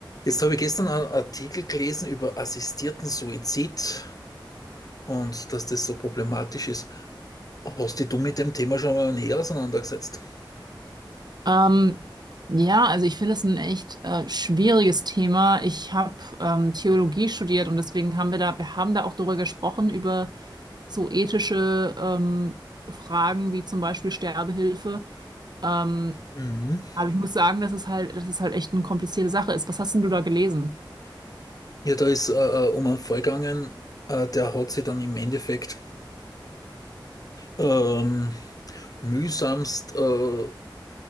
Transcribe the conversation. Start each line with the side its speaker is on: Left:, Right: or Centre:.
Left: Jetzt habe ich gestern einen Artikel gelesen über assistierten Suizid und dass das so problematisch ist. Hast dich du mit dem Thema schon mal näher auseinandergesetzt?
Right: Ähm, ja, also ich finde es ein echt äh, schwieriges Thema. Ich habe ähm, Theologie studiert und deswegen haben wir da, wir haben da auch drüber gesprochen, über so ethische ähm, Fragen wie zum Beispiel Sterbehilfe. Ähm,
Left: Mhm.
Right: aber ich muss sagen, dass es halt, dass es halt echt eine komplizierte Sache ist. Was hast denn du da gelesen?
Left: Ja, da ist äh, äh, um einen Fall gegangen, äh, der hat sich dann im Endeffekt ähm, mühsamst äh,